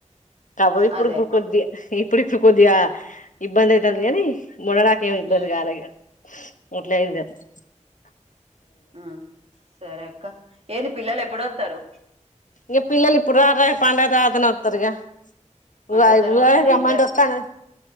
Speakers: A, on the left; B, on the right.
A: కాబోతె ఇప్పుడిప్పుడు
B: అదే అక్క
A: కొద్దిగా ఈ ఇప్పుడిప్పుడు కొద్దిగా ఇబ్బంది అయితది గానీ మొన్నటి దాకా ఏమి ఇబ్బంది
B: ఉమ్,
A: కాలే ఇక అట్లే <unintelligible>
B: ఊమ్. సరే అక్ క్క ఏది పిల్లలు ఎప్పుడొత్తరు
A: ఇ పిల్లలు ఇప్పుడు రార్ గా పండగ తరవాతనే వత్తరుగా.
B: పండుగ
A: ఉగాది
B: తర్వాతనే
A: ఉగాది కి రమ్మంటే
B: ఇద్దరు
A: వత్తాను.